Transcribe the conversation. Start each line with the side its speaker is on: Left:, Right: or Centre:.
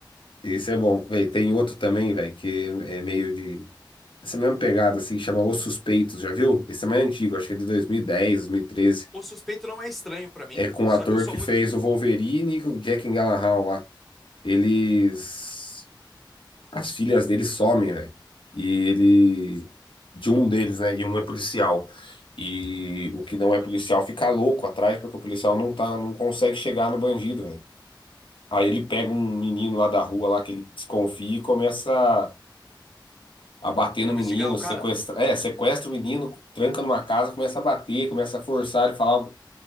Left: Esse é bom. Véi, tem outro também, velho, que é meio de. Essa mesma pegada, assim, chama Os Suspeitos, já viu? Esse é mais antigo, acho que é de 2010, 2013.
Centre: O suspeito não é estranho pra mim,
Left: É com
Centre: só
Left: o ator
Centre: que eu sou
Left: que
Centre: muito.
Left: fez o Wolverine e o Jack Gyllenhaal lá. Eles. As filhas deles somem, velho. E ele. De um deles, né? E um é policial. E o que não é policial fica louco atrás, porque o policial não tá, não consegue chegar no bandido, velho. Aí ele pega um menino lá da rua, lá que ele desconfia e começa a bater
Centre: Vai
Left: no
Centre: investigar
Left: menino,
Centre: o cara?
Left: sequestra, é, sequestra o menino, tranca numa casa, começa a bater, começa a forçar ele a falar